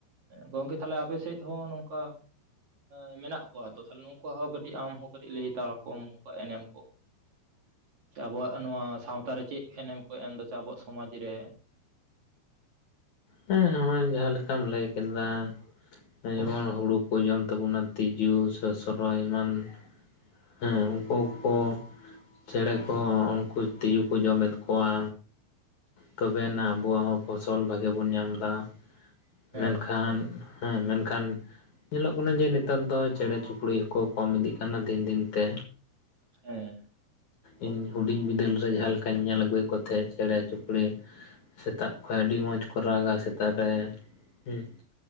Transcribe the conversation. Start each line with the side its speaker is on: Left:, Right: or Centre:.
Right: ᱜᱚᱝᱠᱮ ᱛᱟᱦᱚᱞᱮ ᱟᱯᱮ ᱥᱮᱫ ᱦᱚᱸ ᱱᱚᱝᱠᱟ ᱮᱸ ᱢᱮᱱᱟᱜ ᱠᱚᱣᱟ ᱛᱚ ᱛᱟᱦᱞᱮ ᱱᱩᱝᱠᱩᱣᱟᱜ ᱦᱚᱸ ᱠᱟᱹᱴᱤᱡ ᱟᱢ ᱦᱚᱸ ᱠᱟᱹᱴᱤᱡ ᱞᱟᱹᱭ ᱛᱟᱠᱚᱢ ᱱᱩᱝᱠᱩᱣᱟᱜ ᱮᱱᱮᱢ ᱠᱚ ᱥᱮ ᱟᱵᱚᱣᱟᱜ ᱱᱚᱣᱟᱻ ᱥᱟᱶᱛᱟᱨᱮ ᱪᱮᱫ ᱮᱱᱮᱢ ᱠᱚ ᱮᱢ ᱮᱫᱟ ᱥᱮ ᱟᱵᱚᱣᱟᱜ ᱥᱚᱢᱟᱡᱽ ᱨᱮ
Left: ᱦᱩᱸ ᱱᱚᱜᱚᱭ ᱡᱟᱦᱟᱸ ᱞᱮᱠᱟᱢ ᱞᱟᱹᱭ ᱠᱮᱫᱟ ᱮᱸ ᱡᱮᱢᱚᱱ ᱦᱩᱲᱩ ᱠᱚ ᱡᱚᱢ ᱛᱟᱵᱩᱱᱟ ᱛᱸᱤᱡᱩᱻ ᱥ-ᱥᱚᱨᱚᱡ ᱮᱢᱟᱱᱻ ᱦᱮᱸ ᱩᱱᱠᱩ ᱠᱚ ᱪᱮᱬᱮ ᱠᱚᱦᱚᱸ ᱩᱱᱠᱩ ᱛᱤᱡᱩ ᱠᱚ ᱡᱚᱢᱮᱫ ᱠᱚᱣᱟ ᱛᱚᱵᱮᱭᱱᱟ ᱟᱵᱚᱣᱟᱜ ᱦᱚᱸ ᱯᱷᱚᱥᱚᱞ ᱵᱷᱟᱜᱮ ᱵᱚ ᱧᱟᱢ ᱮᱫᱟ
Right: ᱦᱮᱸ
Left: ᱢᱮᱱᱠᱷᱟᱱᱻ ᱦᱮᱸ ᱢᱮᱱᱠᱷᱟᱱ ᱧᱮᱞᱚᱜ ᱠᱟᱱᱟ ᱡᱮ ᱱᱮᱛᱟᱨ ᱫᱚᱻ ᱪᱮᱬᱮ ᱪᱩᱯᱲᱤᱜ ᱦᱚᱸᱠᱚ ᱠᱚᱢ ᱤᱫᱤᱜ ᱠᱟᱱᱟ ᱫᱤᱱ - ᱫᱤᱱ ᱛᱮ
Right: ᱦᱮᱸ
Left: ᱤᱧ ᱦᱩᱰᱤᱧ ᱵᱤᱫᱟᱹᱞ ᱨᱮ ᱡᱟᱦᱟᱸ ᱞᱮᱠᱟᱧ ᱧᱮᱞ ᱟᱹᱜᱩᱭᱮᱜ ᱠᱚ ᱛᱟᱷᱮᱡ ᱪᱮᱬᱮ ᱪᱩᱯᱲᱤ ᱥᱮᱛᱟᱜ ᱠᱷᱚᱭ ᱟᱹᱰᱤ ᱢᱚᱸᱡᱽ ᱠᱚ ᱨᱟᱜᱟ ᱥᱮᱛᱟᱜ ᱨᱮᱻ ᱦᱩᱸ